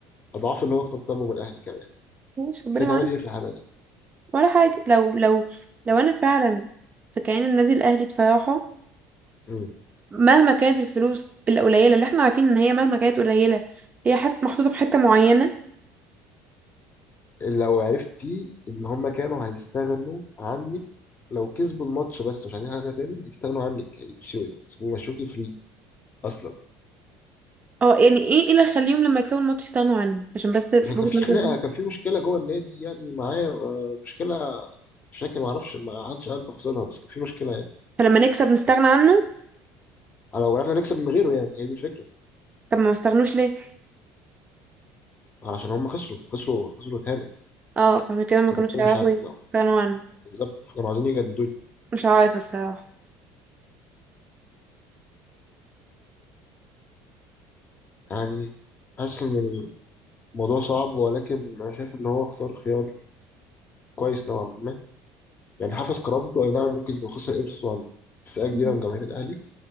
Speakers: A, on the left; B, on the right.
A: اضعاف اللي هو كان طالبه من الاهلي كمان
B: مش ربنا
A: كنت هتعمل
B: معايا
A: ايه في الحاله دي؟
B: ولا حاجه لو لو لو انا فعلا في كيان النادي الاهلي بصراحه
A: مم.
B: مهما كانت الفلوس القليله اللي احنا عارفين ان هي مهما كانت قليله هي حت محطوطه في حته معينه
A: لو عرفتي ان هم كانوا هيستغنوا عنك لو كسبوا الماتش بس مش عايزين حاجه تاني هيستغنوا عنك هيمشوك ويمشوكي فري اصلا
B: اه يعني ايه ايه اللي يخليهم لما يكسبوا الماتش يستغنوا عني عشان بس وجهة
A: عشان كان في
B: نظري
A: خناقه كان في مشكله جوه النادي يعني معايا آه، مشكله مش فاكر ما اعرفش ما حدش قال تفاصيلها بس كان في مشكله يعني
B: فلما نكسب نستغنى عنه
A: لو عرفنا نكسب من غيره يعني هي دي الفكره
B: طب ما استغنوش ليه
A: علشان هم خسروا خسروا خسروا تاني
B: اه فعشان كده ما
A: كانوا
B: كانوش
A: مش
B: هيعرفوا
A: ع...
B: يستغنوا
A: لا
B: عنه
A: بالظبط كانوا عايزين يجددوا لي
B: مش عارفة الصراحة
A: يعني حاسس ان الموضوع صعب ولكن انا شايف ان هو اختار خيار كويس نوعا ما يعني حافظ كرامته اي نعم ممكن يكون خسر قيمته عن فئه
B: مم.
A: كبيره من جماهير الاهلي